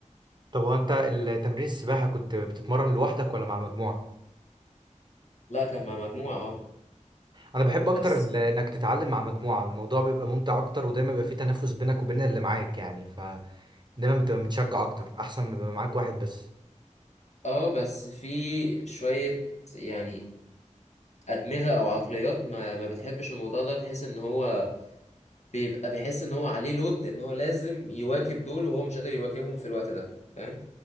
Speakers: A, on the right; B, on the left.
A: طب هو انت التمرين السباحة كنت بتتمرن لوحدك ولا مع مجموعة
B: لا كان مع مجموعه اه
A: انا بحب اكتر
B: بس
A: ال- انك تتعلم مع مجموعة الموضوع بيبقى ممتع اكتر ودايما بيبقى فيه تنافس بينك وبين اللي معاك يعني فدايما بتبقى متشجع اكتر احسن ما يبقى معاك واحد بس
B: اه بس في شويه يعني ادمغه او عقليات ما ما بتحبش الموضوع ده بحيث ان هو بيبقى بيحس ان هو عليه لود ان هو لازم يواكب دول وهو مش قادر يواكبهم في الوقت ده فاهم